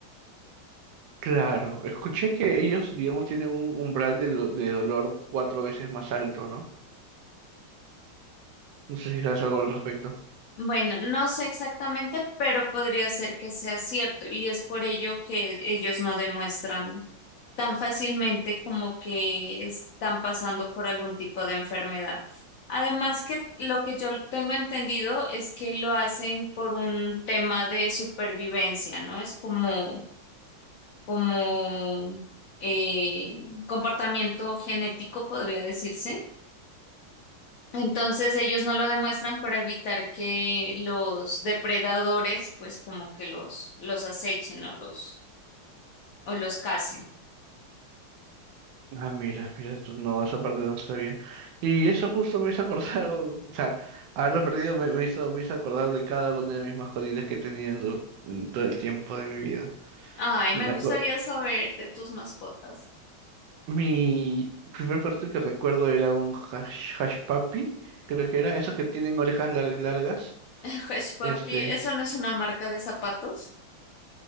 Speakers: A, on the right; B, on the left.
A: Claro, escuché que ellos, digamos, tienen un umbral de, lo- de dolor cuatro veces más alto, ¿no? No sé si sabes algo al respecto.
B: Bueno, no sé exactamente, pero podría ser que sea cierto y es por ello que ellos no demuestran tan fácilmente como que están pasando por algún tipo de enfermedad. Además que lo que yo tengo entendido es que lo hacen por un tema de supervivencia, ¿no? Es como, como eh, comportamiento genético, podría decirse entonces ellos no lo demuestran para evitar que los depredadores pues como que los, los acechen o los, o los casen.
A: Ah, mira, mira, tú no, esa parte no sabía. Y eso justo me hizo acordar, <laughs> o sea, haberlo perdido me, me hizo, me hizo acordar de cada una de mis mascotitas que he tenido en, do- en todo el tiempo de mi vida.
B: Ay,
A: Me
B: me gustaría
A: acuerdo,
B: saber de tus mascotas.
A: mi primer perrito que recuerdo era un hash, hash puppy, creo que era, esos que tienen orejas lar- largas,
B: <laughs> Hush Papi,
A: este,
B: ¿eso no es una marca de zapatos?